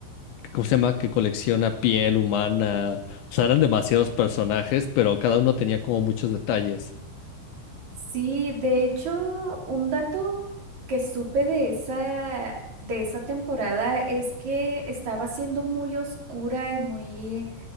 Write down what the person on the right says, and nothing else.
Sí, de hecho, un dato que supe de esa, de esa temporada es que estaba siendo muy oscura y muy,